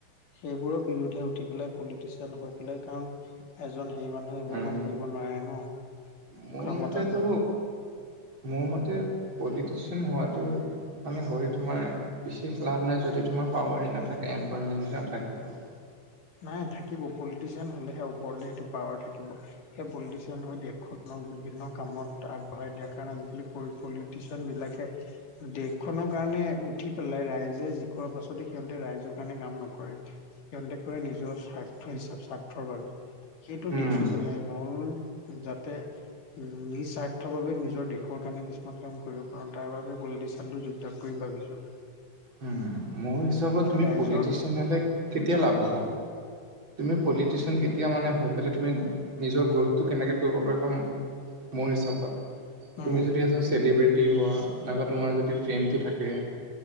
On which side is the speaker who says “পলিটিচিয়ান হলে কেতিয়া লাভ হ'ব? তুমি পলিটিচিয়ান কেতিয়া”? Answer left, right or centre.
Right